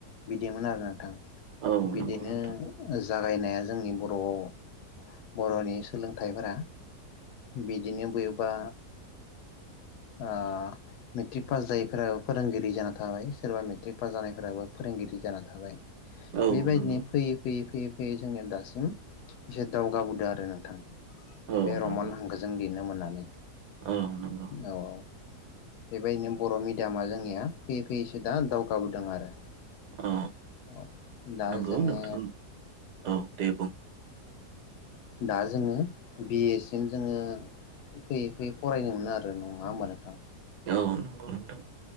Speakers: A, on the left; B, on the right.
A: बिदिमोन आरो नोंथां
B: औ
A: बिदिनो
B: नंगौ नोंथां
A: जागायनाया जोंनि बर'आव बर'नि सोलोंथाइफोरा बिदिनो बबेबा ओ मेट्रिक पास जायैफोराबो फोरोंगिरि जाना थाबाय सोरबा मेट्रिक पास जानायफोराबो फोरोंगिरि जाना थाबाय
B: औ
A: बेबायदिनो
B: नंगौ
A: फैयै फैयै फैयै यै जोंनिया दासिम एसे दावगाबोदों आरो नोंथां
B: औ
A: बे
B: नंगौ
A: रमान हांखोजों लिरनो मोननानै
B: औ नंगौ
A: औ औ बेबायदिनो बर' मिडियामा जोंनिया फैयै फैयैसो दा दावगाबोदों आरो
B: औ
A: औ दा
B: नंगौ
A: जोङो
B: नोंथां औ दे बुं
A: दा जोङो बि ए सिम जोङो फैयै फैयै फरायनो मोनो आरो नङा होमबा नोंथां
B: औ नंगौ नोंथां